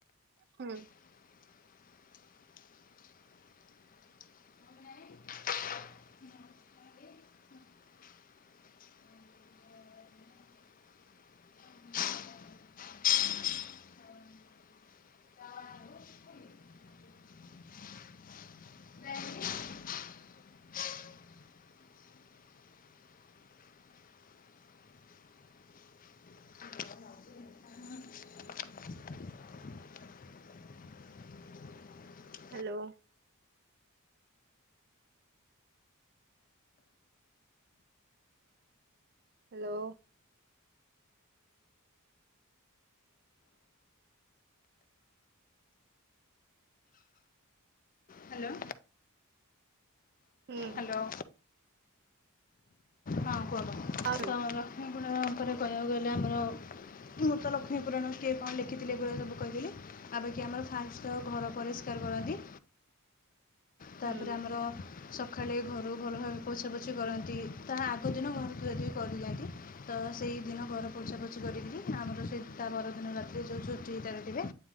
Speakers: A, on the right (about 50°); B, on the left (about 40°).
A: ହୁଁ ଉଁ
B: <unintelligible>
A: ହାଲୋ ହାଲୋ
B: ହ୍ୟାଲୋ।
A: ହୁଁ
B: ହାଲୋ? ହଁ କୁହନ୍ତୁ,
A: ହ୍ୟାଲୋ
B: ଲକ୍ଷ୍ମୀପଣ ଉପରେ କହିବାକୁ ଗଲେ ଆମର ମୃତ ଲକ୍ଷ୍ମୀପୁରାଣ କିଏ କଣ ଲେଖିଥିଲେ ଏଗଳିଆ ସବୁ କହିଥିଲି, ଆପଖି ଆମର ଫାଷ୍ଟ ଘର ପରେ <unintelligible> ତାପରେ
A: ହୁଁ
B: ଆମର ସକାଳେ ଘରୁ ଭଲ ଭାବେ ପୋଛା ପୋଛି କରନ୍ତି, ତାହା ଆଗ ଦିନ ଘର ଦୁଏ ଦୁଇ କରିଦିଅନ୍ତି। ତ ସେହିଦିନ ଘର ପୋଛାପୋଛି କରିକିରି ଆମର ସେଇ ତା ପରଦିନ ରାତିରେ ଯେଉଁ ଛୁଟିିତରେ ଥିବେ।